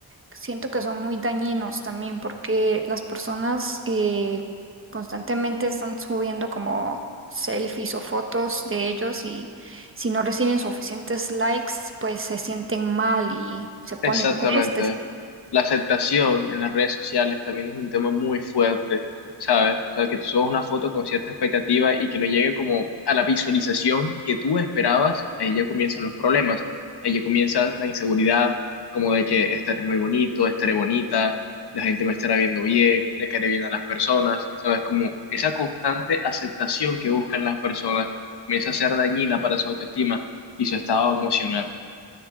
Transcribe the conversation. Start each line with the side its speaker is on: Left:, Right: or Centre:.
Right: siento que son muy dañinos también porque las personas eh, constantemente están subiendo como selfies o fotos de ellos y si no reciben suficientes likes, pues se sienten mal y se ponen
Left: Exactamente.
Right: tristes.
Left: La aceptación en las redes sociales también es un tema muy fuerte, ¿sabes? O sea, que tú subas una foto con cierta expectativa y que no llegue como a la visualización que tú esperabas, ahí ya comienzan los problemas, ahí ya comienza la inseguridad, como de que estaré muy bonito, estaré bonita, la gente me estará viendo bien, le caeré bien a las personas, ¿sabes? Como esa constante aceptación que buscan las personas comienza a ser dañina para su autoestima y su estado emocional.